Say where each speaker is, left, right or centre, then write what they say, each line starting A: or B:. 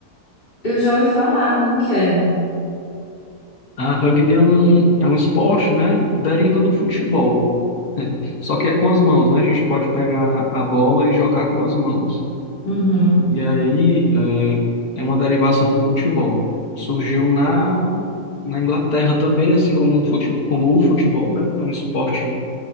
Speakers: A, on the left; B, on the left.
A: Eu já ouvi falar como que é.
B: Ah, rugby é um, é um esporte, né? Deriva do futebol. Só que é com as mãos, né? A gente pode pegar a bola e jogar com as mãos.
A: Uhum,
B: E aí é, é uma derivação do futebol. Surgiu na, na Inglaterra também, assim como, um fute, como o futebol, né? É um esporte